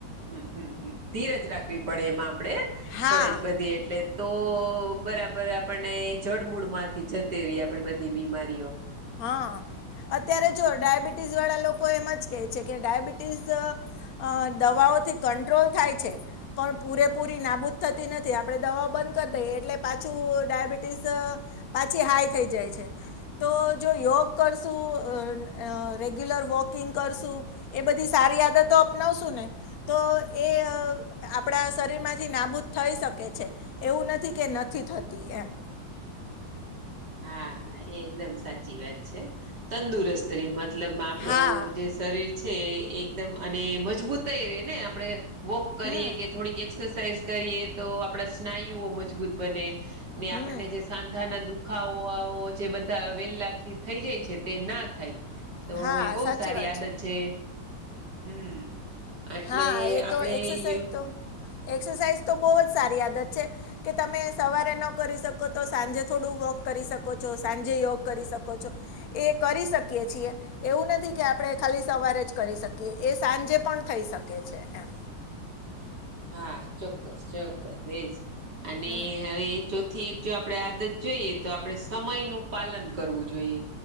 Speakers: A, on the right; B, on the left.
A: હમ્મ હમ્મ હમ્મ ધીરજ રાખવી પડે એમાં આપણેે
B: હા
A: થોડીક બધી એટલે તો બરાબર આપણને જડમૂળ માંથી જતે રહી આપણી બધી બીમારીઓ
B: હા અત્યારે જો ડાયાબિટીસ વાળા લોકો એમ જ કેહે છે કે ડાયાબિટીસ અ દવાઓથી કંટ્રોલ થાય છે. પણ પૂરેપૂરી નાબૂદ થતી નથી આપણે દવાઓ બંધ કરી દઈએ એટલે પાછું ડાયાબિટીસ પાછી હાઈ થઈ જાય છે.
A: <inaudible>
B: તો જો યોગ કરશું રેગ્યુલર વોકિંગ કરશું. એ બધી સારી આદતો અપનાવશું ને. તો એ આપણા શરીરમાંથી નાબૂદ થઈ શકે છે. એવું નથી કે નથી થતી એમ.
A: હા હા એ એકદમ સાચી વાત છે તંદુરસ્ત રે મતલબમાં આપડો
B: હા
A: જે શરીર છે એકદમ અને મજબૂતઈ રે ને આપડે વોક કરીએ
B: હમ
A: કે થોડીક એક્સ એક્સરસાઇઝ કરીએ તો આપણા સ્નાયુઓ મજબૂત બને ને
B: હમ
A: આપણને જે સાંધાના દુઃખ દુખાવો આવો જે બધા વેલાથી થઈ જાય છે તે ના થાય. તો
B: હા
A: એ બહુ
B: સાચી
A: સારી
B: વાત
A: આદત છે. હમ્મ એટલે
B: હા એ તો
A: આપડે
B: એક્સરસાઇઝ
A: ઇએ
B: તો એક્સરસાઇઝ તો બહુ જ સારી આદત છે. કે તમે સવારે ન કરી શકો તો સાંજે થોડું વોક કરી શકો છો સાંજે યોગ કરી શકો છો. એ કરી શકીએ છીએ એવું નથી કે આપણેે ખાલી સવારે જ કરી શકીએ એ સાંજે પણ થઈ શકે છે એમ.
A: હા ચોક્કસ ચોક્કસ એજ અને
B: હમ
A: હવે એ ચો થી એક જો આપણે આદત જોઈએ તો આપણે સમયનું પાલન કરવું જોઈએ.